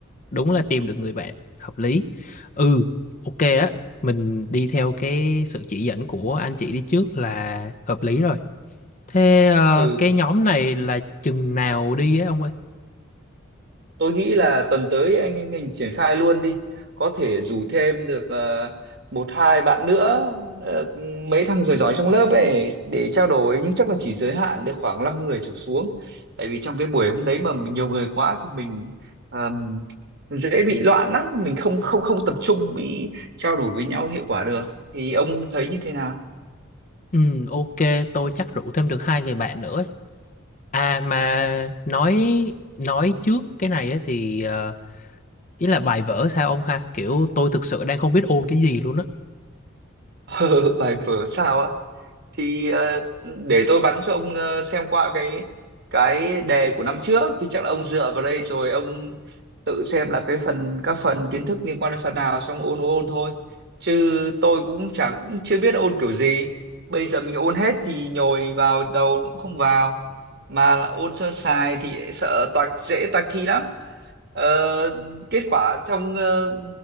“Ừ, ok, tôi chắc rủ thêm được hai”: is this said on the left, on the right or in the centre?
Left